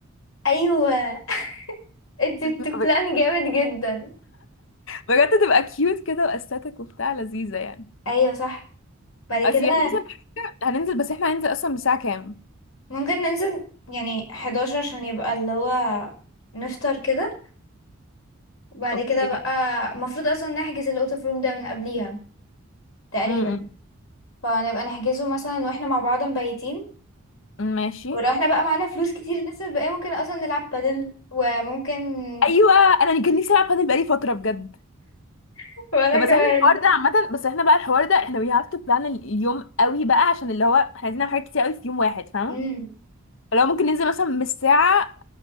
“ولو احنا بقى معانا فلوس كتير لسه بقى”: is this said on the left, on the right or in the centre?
Left